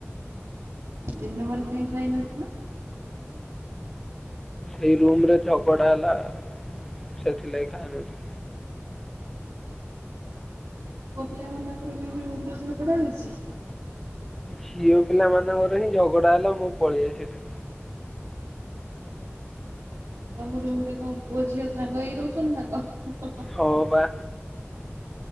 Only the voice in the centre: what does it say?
ଏଇ ରୁମ୍ ରେ ଝଗଡା ହେଲା, ସେଇଥିଲାଗି ଖାଇନଥିଲି।
ଝିଅ ପିଲା ମାନଙ୍କର ହିଁ ଝଗଡା ହେଲା ମୁଁ ପଳିଆ ସେଠି।
ହଁ ବା।